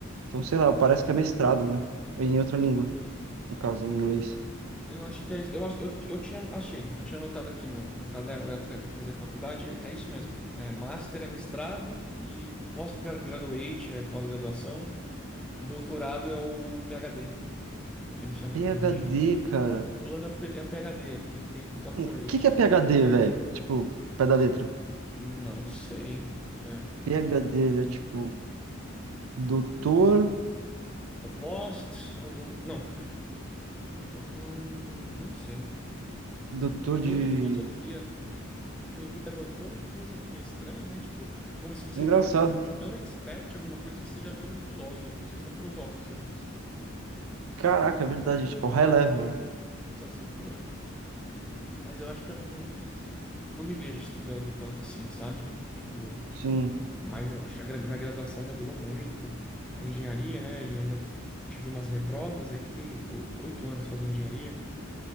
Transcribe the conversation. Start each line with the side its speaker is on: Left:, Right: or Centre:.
Right: Então, sei lá, parece que é mestrado, né? Em outra língua. no caso em inglês.
Centre: Eu acho que é isso. Eu, acho- eu, eu tinha, achei, eu tinha anotado aqui no, num caderno da época que eu fazia faculdade, é isso mesmo. É, master é mestrado e post-graduate é pós-graduação, doutorado é o PhD. Eles chamam,
Right: PhD,
Centre: quando a gente chama,
Right: cara.
Centre: fulano é P- é PhD, é porque ele tem doctorate.
Right: O que que é PhD, velho? Tipo, pé da letra.
Centre: Não sei. É,
Right: PhD é tipo, doutor,
Centre: é post, algum. Não. Hum, não sei.
Right: doutor
Centre: Doutor
Right: de.
Centre: de filosofia. Significa doutor em filosofia. Estranho, né? Tipo, como se você
Right: Engraçado.
Centre: ficasse tão expert em alguma coisa que você já virou um filósofo. Você só filosofa sobre isso.
Right: Caraca, é verdade, tipo, high level, né?
Centre: Só se for. Mas eu acho que eu não, não me vejo estudando tanto assim, sabe? Tipo,
Right: Sim.
Centre: mas eu acho que a gra- minha graduação já durou muito. Era engenharia, né? E ainda tive umas reprovas. Aí fiquei o- oito anos fazendo engenharia.